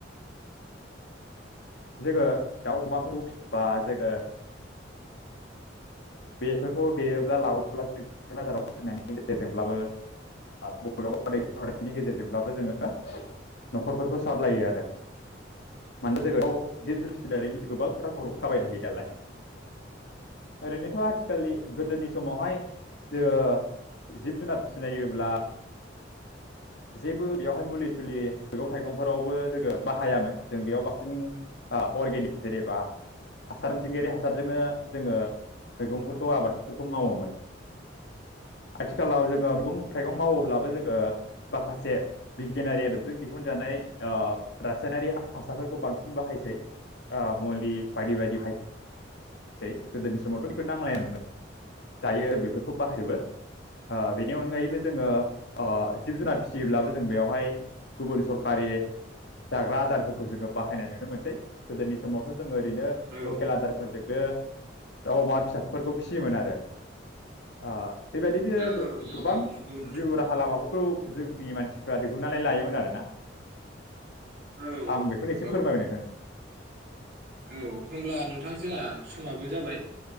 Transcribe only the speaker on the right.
औ
औ
औ नंगौ नोंथां
औ
औ
औ
औ होमब्ला नोंथां जहा समाबो जाबाय